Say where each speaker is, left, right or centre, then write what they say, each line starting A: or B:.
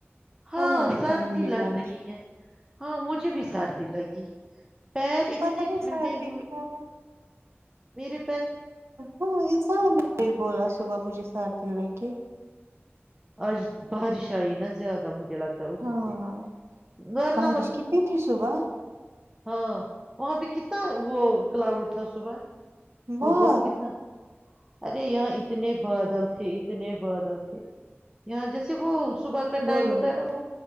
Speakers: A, on the right (about 15°); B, on the right (about 85°).
A: ہاں
B: ہمارے
A: سردی
B: فین بھی
A: لگ
B: بند
A: رہی ہے ہاں مجھے بھی سردی لگی پیر اتنے
B: پتا نہیں
A: ٹھنڈے
B: سردی
A: ہوئے
B: کیوں ہے
A: مییر
B: ہاں انسان نے بولا صبح مجھے سات د لگے
A: آج بارش آئی نا زیادہ مجھے لگتا اسی
B: ہاں
A: سے گھرنا
B: بارش
A: مت
B: کتنی تھی صبح
A: ہاں وہاں پہ کیا کتنا وہ کلاؤڈ تھا صبح
B: بہت
A: ا بر کتنا ارے یہاں اتنے بادل تھے اتنے بادل تھے یہاں جیسے وہ صبح کا ٹائم
B: بولو
A: ہوتا ہے نا وہ